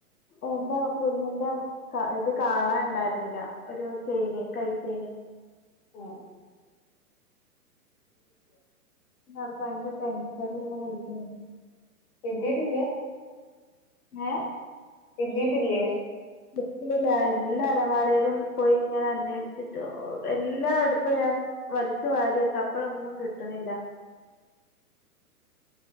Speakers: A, on the left; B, on the left.
A: എന്റെ കുഞ്ഞിന്റെ ക ഇത് കാണാൻ ഉണ്ടായിരുന്നില്ല ഒരു ചെയിന് കൈച്ചെയിന്
B: ഉം
A: അതിന്റെ ടെൻഷൻ ഇങ്ങനെ ഇരിക്കാണ്
B: കിട്ടീട്ടില്ല
A: ഏ
B: കിട്ടിയിട്ടില്ലേ
A: കിട്ടന്നില്ല എല്ലാ അലമാരയിലും പോയി ഇങ്ങനെ അന്വേഷിച്ചിട്ട് എല്ലായിടത്തും ഞാൻ വരിച്ചു വാരിട്ട അപ്പഴൊന്നും കിട്ടുന്നില്ല